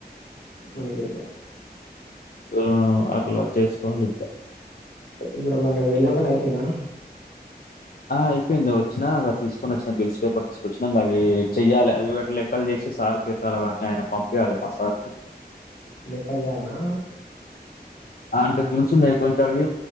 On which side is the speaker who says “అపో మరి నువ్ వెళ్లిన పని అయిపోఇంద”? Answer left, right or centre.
Left